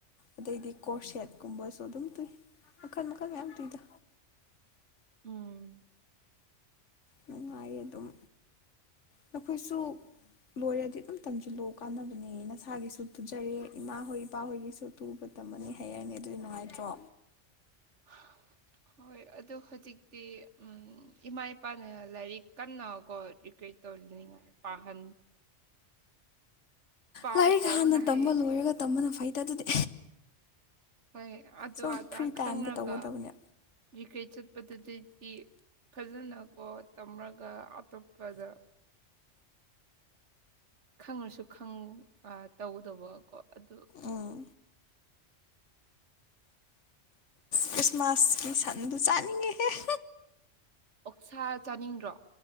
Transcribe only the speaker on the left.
ꯑꯗꯩꯗꯤ ꯀꯣꯔꯁꯦꯠꯀꯨꯝꯕꯁꯨ ꯑꯗꯨꯝ ꯇꯨꯏ ꯃꯈꯜ ꯃꯈꯜ ꯃꯌꯥꯝ ꯇꯨꯏꯗ
ꯅꯨꯡꯉꯥꯏꯌꯦ ꯑꯗꯨꯝ ꯅꯈꯣꯏꯁꯨ ꯂꯣꯏꯔꯗꯤ ꯑꯝ ꯇꯝꯖꯤꯜꯂꯣ ꯀꯥꯟꯅꯕꯅꯦ ꯅꯁꯥꯒꯤꯁꯨ ꯇꯨꯖꯔꯦ ꯏꯃꯥ ꯍꯣꯏ ꯏꯄꯥꯍꯣꯏꯒꯤꯁꯨ ꯇꯨꯕ ꯇꯝꯃꯅꯤ ꯍꯩꯔꯅꯤ ꯑꯗꯨꯗꯤ ꯅꯨꯡꯉꯥꯏꯇ꯭ꯔꯣ
ꯂꯥꯏꯔꯤꯛ
ꯍꯥꯟꯅ
ꯇꯝꯕ ꯂꯣꯏꯔꯒ ꯇꯝꯕꯅ ꯐꯩꯗ ꯑꯗꯨꯗꯤ
ꯁꯨꯝ
ꯐ꯭ꯔꯤ
ꯇꯥꯏꯝꯗ ꯇꯧꯒꯗꯕꯅꯦ
ꯎꯝ ꯈ꯭ꯔꯤꯁꯃꯥꯁꯀꯤ ꯁꯟꯗꯨ ꯆꯥꯅꯤꯡꯉꯦꯍꯦ